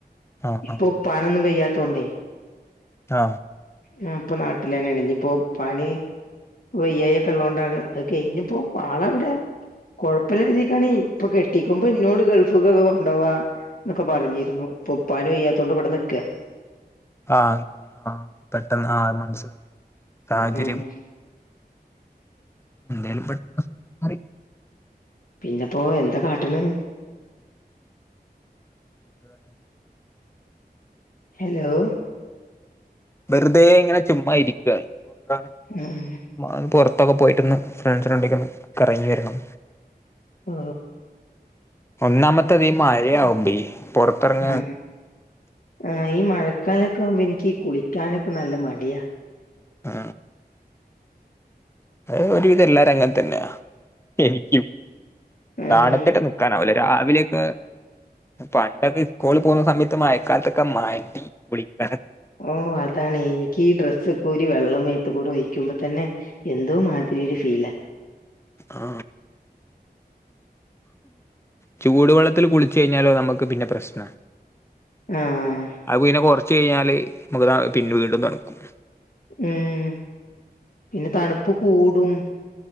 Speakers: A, on the left; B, on the left.
A: ആ
B: ഇപ്പൊ
A: ആ
B: പാനൊന്നും വെയ്യാത്തോണ്ടേ
A: ആ
B: ആ ഇപ്പൊ നാട്ടിൽ തന്നെയാണ് ഇങ്ങിപ്പോ പാനി വയ്യായിക്കെള്ളോണ്ടാണ് അത് കഴിഞ്ഞപ്പോ ആളവിടെ കൊഴപ്പമില്ല ഇരിക്കാന് ഇപ്പൊ കെട്ടിക്കുമ്പോ ഇന്നോട് ഗൾഫ്ക്കൊക്കെ കൊണ്ടോവാ എന്നൊക്കെ പറഞ്ഞിരുന്നു ഉപ്പാന് വയ്യാത്തോണ്ട് ഇവിടെ നിക്കാ
A: ആ അങ്ങ് ആ പെട്ടന്ന് ആ മനസിലായി സാഹചര്യം
B: ഉം
A: എന്തായാലും പെട്ടന്ന് മാറി
B: പിന്നപ്പോ എന്താ കാട്ടണ്
A: എന്തുവാട്ടെ
B: ഹലോ
A: വെറുതേ ഇങ്ങനെ ചുമ്മാ ഇരിക്കുവാണ്
B: ഉം
A: അ പൊറത് ത്തൊക്കെ പോയിട്ടൊന്ന് ഫ്രണ്ട്സിനണ്ടേക്കൊന്ന് കറങ്ങി വരണം
B: ആ
A: ഒന്നാമത്തെതീ മഴയാകുമ്പയേ പൊറത്തെറങ്ങാൻ
B: ആ ആ ഈ മഴക്കാലൊക്കെ ആവുമ്പോ എനിക്കീ കുളിക്കാനൊക്കെ നല്ല മടിയാ
A: ആ അത് ഒരുവിധം എല്ലാരും അങ്ങനെ തന്നെയാ എനിക്കും
B: ഉം
A: തണുത്തിട്ട് നിക്കാനാവില്ല രാവിലെയൊക്കെ പണ്ടൊക്കെ ഇസ്കൂളിൽ പോകുന്ന സമയത്ത് മയക്കാലത്തൊക്കെ മയയത്ത് കുളിക്കാനൊ
B: മം അതാണ് എനിക്കീ ഡ്രസ്സൊക് ക്കൂരി വെള്ളം മേത്തുക്കൂടി ഒഴിക്കുമ്പോ തന്നെ എന്തോ മാതിരി ഒരു ഫീലാ
A: ആ ചൂടുവെള്ളത്തിൽ കുളിച്ചു കഴിഞ്ഞാലോ നമുക്ക് പിന്നെ പ്രശ്ന
B: ആ ആ
A: അത് പിന്നെ കൊറച്ച് കഴിഞ്ഞാല് നമുക്ക് പിന്നെ വീണ്ടും തണുക്കും
B: ഉം പിന്നെ തണുപ്പ് കൂടും